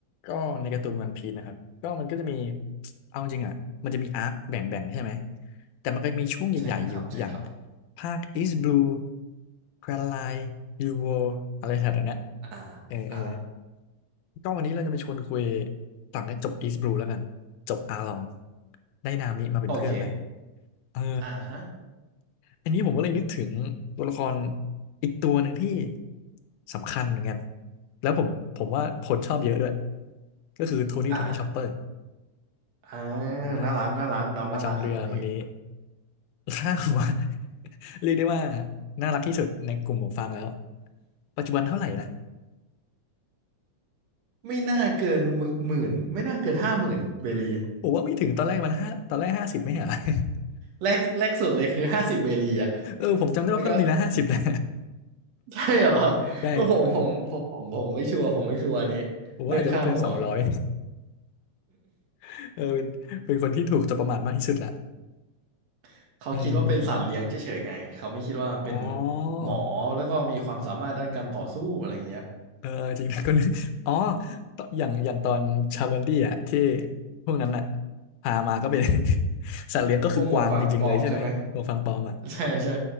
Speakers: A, on the left; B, on the right.
A: ก็ในการ์ตูนวันพีซนะครับก็มันก็จะมี <tsk> เอาจริงอ่ะมันจะมีอาร์คแบ่งๆใช่ไหมแต่มันก็มีช่วงใหญ่ๆอยู่อย่าง
B: ใช่ครับใช่ครับ
A: ภาค East Blue Grand Line New World อะไรแถวๆเนี้ย
B: อ่า
A: เออเออ
B: อ่า
A: ก็วันนี้เราจะมาชวนคุยต่างจากจบ East Blue แล้วกันจบอาลองได้นามิมาเป็นเพื่อนแหละ
B: โอเค
A: เออ
B: อ่าฮะ
A: อันนี้ผมก็เลยนึกถึงตัวละครอีกตัวหนึ่งที่สำคัญเหมือนกันแล้วผมผมว่าคนชอบเยอะด้วยก็คือโทนี่โทนี่ชอปเปอร์
B: อ่าอ่า
A: อ้าว
B: น่ารักน่ารักน้องน่ารักครับตัวนี้
A: หมอประจำเรือคนนี้ <laughs> ค่าหัว <laughs> เรียกได้ว่าน่ารักที่สุดในกลุ่มหมวกฟางแล้วปัจจุบันเท่าไหร่นะ
B: ไม่น่าเกินหมื่นหมื่นไม่น่าเกินห้าหมื่นเบลี
A: ผมว่าไม่ถึงตอนแรกมันห้าตอนแรกห้าสิบไม่เหรอ <laughs>
B: แรกแรกสุดเลยคือห้าสิบเบลีอ่ะ
A: เออผมจำได้ว่าเพิ่มทีละห้าสิบแหละ
B: แล้วก็ใช่เหรอ
A: <laughs> ใช่
B: ผมผมผมผมผมไม่ชัวร์ผมไม่ชัวร์อันนี้
A: ผมว่าอาจจะไม่เกินสองร้อย
B: เรื่องค่าหัว
A: <laughs> เออเป็นเป็นคนที่ถูกจับประมาทมากที่สุดละ
B: <laughs> เขาคิดว่าเป็นสัตว์เลี้ยงเฉยๆไงเขาไม่คิดว่าเป็น
A: อืมอมอ๋อ
B: หมอแล้วก็มีความสามารถด้านการต่อสู้อะไรเงี้ย
A: เออจริงนะก็นึก <laughs> อ๋อตอย่างอย่างตอนชาวันดี้อ่ะที่พวกนั้นอ่ะพามาก็เป็น <laughs> สัตว์เลี้ยงก็คือกวางจริงๆเลยใช่ไหมหมวกฟางปลอมอ่ะ
B: พวกหมวกฟางปลอมใช่ไหมใช่ใช่